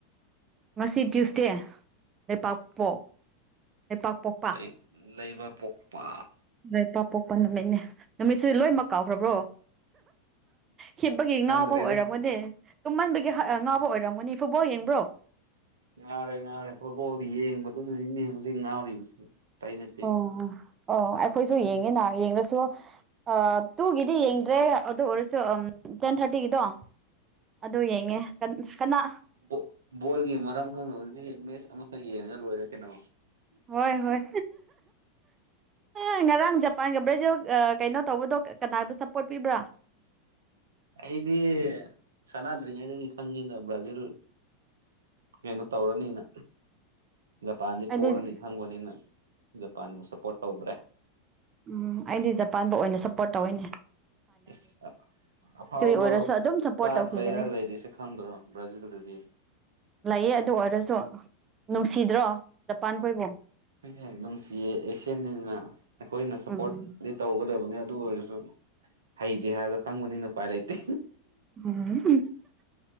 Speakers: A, on the right (about 30°); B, on the right (about 85°).
A: ꯉꯁꯤ ꯇ꯭ꯌꯨꯁꯗꯦ ꯂꯩꯄꯥꯛꯄꯣꯛ ꯂꯩꯄꯥꯛ ꯄꯣꯛꯄ
B: ꯂꯩ ꯂꯩꯕꯄꯣꯛꯄ
A: ꯂꯩꯄꯥꯛꯄꯣꯛꯄ ꯅꯨꯃꯤꯠꯅꯦ ꯅꯨꯃꯤꯠꯁꯨ ꯂꯣꯏꯅꯃꯛ ꯀꯥꯎꯈ꯭ꯔꯕ꯭ꯔꯣ ꯍꯤꯞꯄꯒꯤ
B: ꯈꯪꯗ꯭ꯔꯦꯗ
A: ꯉꯥꯎꯕ ꯑꯣꯏꯔꯝꯒꯅꯦ ꯇꯨꯝꯃꯟꯕꯒꯤ ꯍꯥ
B: ꯎꯝ
A: ꯑ ꯉꯥꯎꯕ ꯑꯣꯏꯔꯝꯒꯅꯤ ꯐꯨꯠꯕꯣꯜ ꯌꯦꯡꯕ꯭ꯔꯣ
B: ꯉꯥꯎꯔꯦ ꯉꯥꯎꯔꯦ ꯐꯨꯠꯕꯣꯜ ꯌꯦꯡꯕꯗꯨꯅꯅꯤꯅꯦ ꯍꯧꯖꯤꯛ ꯉꯥꯎꯔꯤꯕꯁꯦ ꯑꯇꯩ ꯅꯠꯇꯦ
A: ꯑꯣ ꯑꯣ ꯑꯩꯈꯣꯏꯁꯨ ꯌꯦꯡꯉꯤꯅꯥ ꯌꯦꯡꯔꯁꯨ ꯑꯥ ꯇꯨꯒꯤꯗꯤ ꯌꯦꯡꯗ꯭ꯔꯦ ꯑꯗꯨ ꯑꯣꯏꯔꯁꯨ ꯑꯝ ꯇꯦꯟ ꯊꯥꯔꯇꯤꯒꯤꯗꯣ ꯑꯗꯨ ꯌꯦꯡꯉꯦ ꯀꯟ ꯀꯟꯅꯥ
B: ꯕꯣ ꯕꯣꯜꯒꯤ ꯃꯔꯝ ꯈꯪꯅꯕꯗꯤ ꯃꯦꯠꯁ ꯑꯃꯈꯛ ꯌꯦꯡꯉꯒ ꯂꯣꯏꯔꯦ ꯀꯩꯅꯣ
A: ꯍꯣꯏ ꯍꯣꯏ ꯑꯥ ꯉꯔꯥꯡ ꯖꯄꯥꯟꯒ ꯕ꯭ꯔꯥꯖꯤꯜ ꯑꯥ ꯀꯩꯅꯣ ꯇꯧꯕꯗꯣ ꯀꯅꯥꯗꯥ ꯁꯞꯄꯣꯔꯠ ꯄꯤꯕ꯭ꯔꯥ
B: ꯑꯩꯗꯤ ꯁꯥꯅꯥꯗ꯭ꯔꯤꯉꯩꯗꯒꯤ ꯈꯪꯉꯤꯗꯥ ꯕ꯭ꯔꯥꯖꯤꯜ ꯀꯩꯅꯣ ꯇꯧꯔꯅꯤꯅ ꯖꯄꯥꯟꯗꯤ
A: ꯑꯩꯗꯤ
B: ꯄꯣꯔꯅꯤ ꯈꯪꯕꯅꯤꯅ ꯖꯄꯥꯟꯕꯨ ꯁꯞꯄꯣꯔꯠ ꯇꯧꯗ꯭ꯔꯦ
A: ꯎꯝ ꯑꯩꯗꯤ ꯖꯄꯥꯟꯗ ꯑꯣꯏꯅ ꯁꯞꯄꯣꯔꯠ ꯇꯧꯋꯦꯅꯦ
B: ꯏꯁ ꯑ ꯑꯐꯥꯎꯕ
A: ꯑꯣꯏꯔꯁꯨ ꯑꯗꯨꯝ ꯁꯞꯄꯣꯔꯠ
B: ꯁ꯭ꯇꯥꯔ
A: ꯇꯧꯈꯤꯒꯅꯤ
B: ꯄ꯭ꯂꯦꯌꯥꯔ ꯂꯩꯔꯤꯁꯦ ꯈꯪꯗ꯭ꯔꯣ ꯕ꯭ꯔꯥꯖꯤꯜꯗꯗꯤ
A: ꯂꯩꯥꯌꯦ ꯑꯗꯨ ꯑꯣꯏꯔꯁꯨ ꯅꯨꯡꯁꯤꯗ꯭ꯔꯣ ꯖꯄꯥꯟꯈꯣꯏꯕꯨ
B: ꯍꯣꯏꯅꯦꯍꯦ ꯅꯨꯡꯁꯤꯌꯦ ꯑꯦꯁꯤꯌꯥꯟꯅꯤꯅ ꯑꯩꯈꯣꯏꯅ ꯁꯞꯄꯣꯔꯠꯗꯤ
A: ꯎꯝ
B: ꯇꯧꯒꯗꯧꯕꯅꯤ ꯑꯗꯨ ꯑꯣꯏꯔꯁꯨ ꯍꯩꯇꯦ ꯍꯥꯏꯕꯗꯣ ꯈꯪꯕꯅꯤꯅ ꯎꯄꯥꯏ ꯂꯩꯇꯦ
A: ꯎꯝ